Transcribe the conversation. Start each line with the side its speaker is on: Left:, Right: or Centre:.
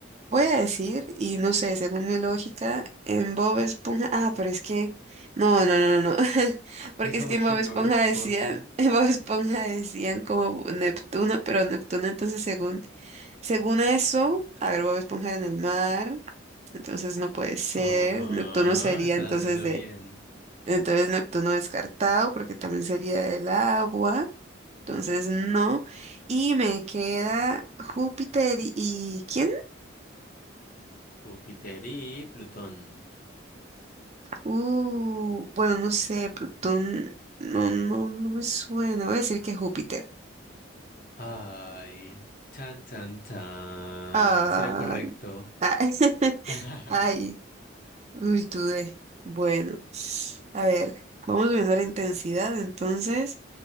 Right: voy a decir, y no sé, según mi lógica, en Bob Esponja, ah, pero es que, no, no, no, no, no, <laughs> porque
Left: Y como
Right: es que en
Left: que
Right: Bob
Left: en
Right: Esponja
Left: Bob Esponja.
Right: decían, <laughs> en Bob Esponja decían como Neptuno, pero Neptuno entonces según, según eso, a ver, Bob Esponja era en el mar, entonces no puede ser,
Left: Ajá,
Right: Neptuno sería
Left: estás
Right: entonces
Left: haciendo
Right: de,
Left: bien.
Right: entonces Neptuno descartado, porque también sería el agua. Entonces, no. Y me queda Júpiter y, y ¿quién?
Left: Júpiter y Plutón.
Right: Uh, bueno, no sé, Plutón, no, no, no me suena. Voy a decir que Júpiter.
Left: Ay, tan, tan, tan.
Right: Ay,
Left: Si era correcto.
Right: ay, <laughs>
Left: <laughs>
Right: ay, uy, dudé. Bueno, a ver, vamos viendo la intensidad. Entonces,